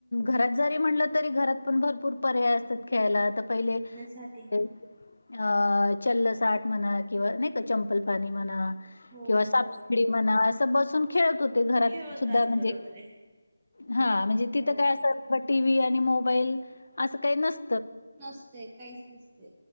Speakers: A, on the left; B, on the right.
A: घरात जरी म्हणलं तरी घरात पण भरपूर पर्याय असतात खेळायला तर पहिले
B: साठी
A: अ चल्ल साठ म्हणा किंवा नाही का चंपल पाणी म्हणा
B: हो
A: किंवा सापसिडी
B: बरोबर.
A: म्हणा अस बसून खेळत होत. ते घरात
B: खेळतात
A: सुद्धा म्हणजे
B: बरोबर आहे.
A: हा म्हणजे तिथं
B: हो.
A: काय असं व टी व्ही आणि मोबाईल असं काही नस
B: नसतेय काहीच नसते.